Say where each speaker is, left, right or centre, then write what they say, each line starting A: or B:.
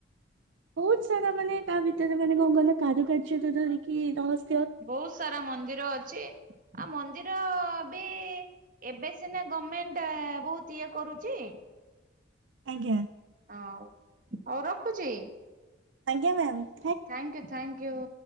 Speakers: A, on the right (about 70°); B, on the right (about 45°).
A: ବହୁତ ସାରା ମାନେ ତା ଭିତରେ ମାନେ କଣ କହିଲ କାରୁୁକାର୍ଯ୍ୟ ତ ଧରିକି ରହସ
B: ବହୁତ ସାରା ମନ୍ଦିର ଅଛି। ଆଉ ମନ୍ଦିର ବି ଏବେ ସିନା ଗମେଣ୍ଟ ଏ ବହୁତ ଇଏ କରୁଛି।
A: ଆଜ୍ଞା।
B: ହଉ ହଉ ରଖୁଛି।
A: ଆଜ୍ଞା ma'am.
B: Thank you thank you.